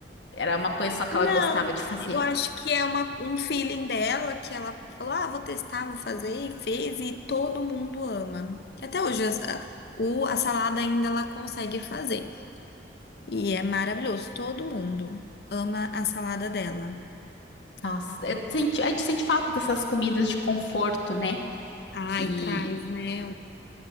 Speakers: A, on the left (about 85°); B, on the left (about 65°).
A: Era uma coisa só que
B: Não,
A: ela gostava de fazer.
B: eu acho que é uma, um feeling dela que ela falou: ah, vou testar, vou fazer, e fez, e todo mundo ama. Até hoje, as- a, o, a salada ainda ela consegue fazer. E é maravilhoso, todo mundo ama a salada dela.
A: Nossa, eu senti- a gente sente falta dessas comidas de conforto, né?
B: Ai,
A: Que,
B: traz, né?